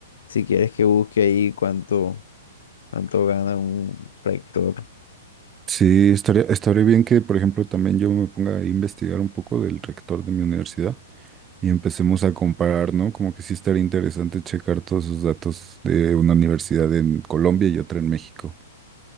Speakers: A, on the left; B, on the right.
A: si quieres que busque ahí cuánto, cuánto gana un rector,
B: Sí, estaría, estaría bien que, por ejemplo, también yo me ponga a investigar un poco del rector de mi universidad y empecemos a comparar, ¿no? Como que sí estaría interesante checar todos esos datos de una universidad en Colombia y otra en México.